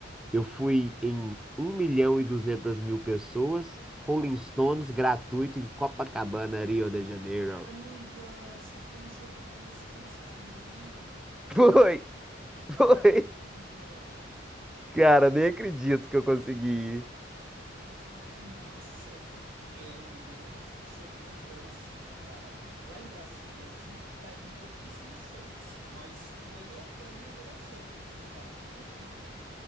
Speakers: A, in the centre; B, on the right.
A: eu fui em um milhão e duzentas mil pessoas, Rolling Stones gratuito em Copacabana, Rio de Janeiro.
B: Carambas, tu foi no show do Rolling Stones, cara, é no Rio.
A: <laughs> Foi, foi.
B: Carambas.
A: Cara, nem acredito que eu consegui
B: Cara, que massa! É, Hugo, eu nunca fui em show grandão assim, né, cara? Lá em Brasília, eu fui, cara, em pouquíssimos shows, mas o melhor, pra mim, o melhor show que eu fui, cara, na minha vida